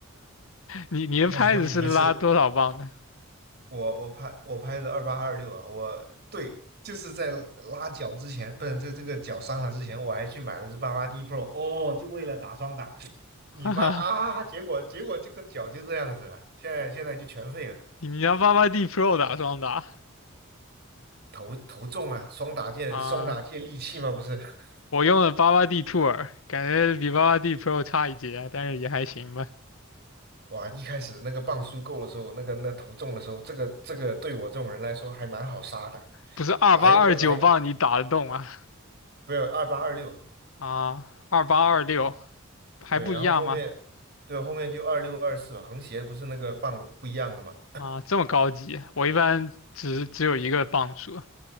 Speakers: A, on the left (about 70°); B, on the right (about 50°).
A: 你你的拍子是拉多少磅的？
B: 一开始他们以为是我我拍我拍的二八二六啊，我对，就是在拉脚之前，不是这这个脚伤了之前，我还去买了只八八 D Pro，哦，就为了打双打。<laughs>
A: <laughs>
B: 你妈啊！
A: 哈哈
B: 结果结果这个脚就这样子了，现在现在就全废了。
A: 你要八八 D Pro 打双打
B: 投投中啊，双打界双打界利器嘛，
A: 啊？
B: 不是？<laughs>
A: 我用了八八 D t o 感觉比八八 D Pro 差一截啊，但是也还行吧。
B: 哇，一开始那个磅数够的时候，那个那投中的时候，这个这个对我这种人来说还蛮好杀的，
A: 不是二八二九磅你打得动吗？
B: 来一个来，不要二八二六，28 26
A: 啊，二八二六还不一样吗？
B: 对，然后后面对后面就二六二四吧，横斜不是那个磅不一样的嘛，
A: 啊，这么高级，我一般只只有一个磅数